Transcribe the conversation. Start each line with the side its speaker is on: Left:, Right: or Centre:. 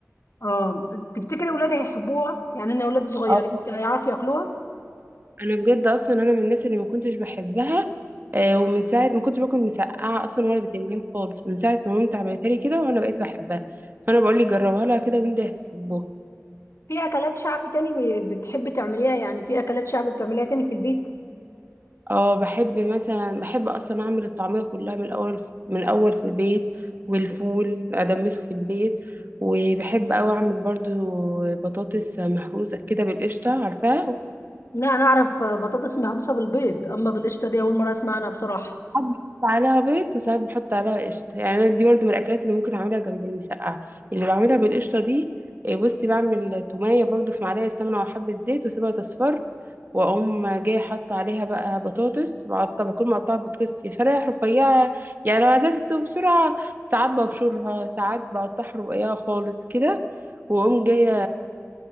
Left: اه تفتكري ولادي هيحبوها يعني انا ولادي صغيرين
Right: يعني
Left: هيعرفوا ياكلوها
Right: انا بجد اصلا انا من الناس اللي ما كنتش بحبها آه، ومن ساعه ما كنتش باكل مسقعه اصلا ولا بتنجان خالص من ساعه ما مامتي عملتها لي كده وانا بقيت بحبها فانا بقول لك جربها لها كده وانت هتحبها
Left: في اكلات شعب تاني بتحب تعمليها يعني في اكلات شعب بتعمليها تاني في البيت
Right: اه بحب مثلا بحب اصلا اعمل الطعميه كلها من الاول من الاول في البيت والفول ادمسه في البيت وبحب اوي اعمل برضو بطاطس مهروسه كده بالقشطه عارفاها
Left: لا انا اعرف بطاطس مهروسه بالبيض اما بالقشطه دي اول مره اسمع عنها بصراحه
Right: ساعات بحط عليها بيض وساعات بحط عليها قشطة يعني أنا دي برضو من الأكلات اللي ممكن أعملها جنب المسقعة اللي بعملها بالقشطة دي إيه، بصي بعمل تومية برضو في معلقة سمنة وحبة زيت وأسيبها تصفر وأقوم جاية حاطة عليها بقى بطاطس بقطع بكون مقطعة بطاطس يا شرايح رفيعة يعني لو عايزاها تستوي بسرعة ساعات ببشرها ساعات بقطعها رقيقة خالص كده وأقوم جاية